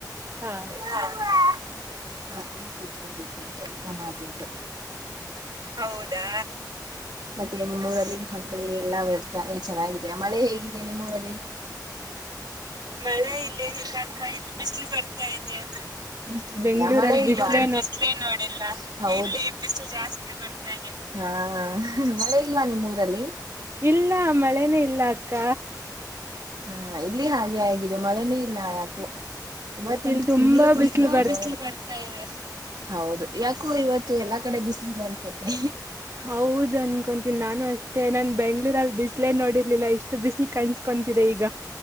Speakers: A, on the right (about 40°); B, on the right (about 70°).
A: ಹಾ
B: ನಾನ ಕುೂತ್ಕೊಂಡವಿ ಕೆಲ್ಸ ಮಾಡ್ಬಿಟ್ಟು. ಹೌದಾ. ಮತ್ತೆ ನಿಮ್ಮೂಊರಲ್ಲಿ ಹೊಂತಲ್ಲಿ ಎಲ್ಲಾ ವ್ಯವಸಾಯ ಚೆನ್ನಾಗಿದೆ ಮಳೆ ಹೇಗಿದೆ ನಿಮ್ಮೂಊರಲ್ಲಿ. ಮಳೆ ಇಲ್ಲೇ ನಿಗಾ ಕ ಇಲ್ಲ ಬಿಸಿಲು ಬರ್ತಾ ಇದೆ. ಬಿಸಲ
A: ಬೆಂಗ್ಳೂರಲ್ಲಿ ಬಿಸ್ಲೇ
B: ನೋಡಿಲ್ಲ ಇಲ್ಲಿ ಬಿಸಿಲು ಜಾಸ್ತಿ ಬರ್. ಹಾ ಮಳೆ ಇಲ್ವಾ ನಿಮ್ಮ್ೂಊರಲ್ಲಿ.
A: ಇಲ್ಲ ಮಳೆನೇ ಇಲ್ಲ ಅಕ್ಕ.
B: ಹಾ ಇಲ್ಲಿ ಹಾಗೆ ಆಗಿದೆ ಮಳೆನೇ ಇಲ್ಲ ಯಾಕು. ಇವತ್ತಂತೂ
A: ಇಲ್
B: ಸು
A: ತುಂಬಾ ಬಿಸಿಲು
B: ತುಂಬಾ ಬಿಸ್ಲು ಬರ್ತಾ ಇದೆ. ಹೌದು ಯಾಕೋ ಇವತ್ತು ಎಲ್ಲಾ ಕಡೆ ಬಿಸ್ಲಿದೆ ಅನ್ಸತಿ.
A: ಹೌದ ಅನ್ಕೊಂತೀನಿ ನಾನು. ಮತ್ತೆ ನನ್ ಬೆಂಗ್ಳೂರಲ್ಲಿ ಬಿಸಲೇ ನೋಡಿರ್ಲಿಲ್ಲ ಇಷ್ಟು ಬಿಸಿ್ಲು ಕಾಣಸ್ಕೊತಿದೆ ಈಗ.